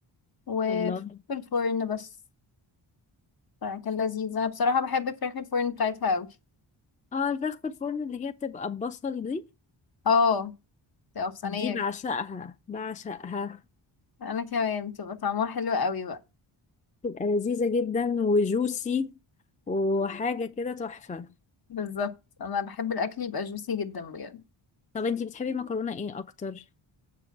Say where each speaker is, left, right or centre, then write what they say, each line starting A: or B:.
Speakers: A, on the left; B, on the left.
A: وفي
B: الله
A: الفرن بس فكان لذيذ انا بصراحة بحب فراخ الفرن بتاعتها اوي
B: اه الفراخ في الفرن اللي هي بتبقى بصل دي
A: اه تبقى في صينية
B: دي بعشقها بعشقها
A: انا كمان بتبقى طعمها حلو اوي بقى
B: تبقى لذيذة جدا وجوسي وحاجة كده تحفة
A: بالظبط انا بحب الاكل يبقى جوسي جدا بجد
B: طب انتي بتحبي المكرونة ايه اكتر؟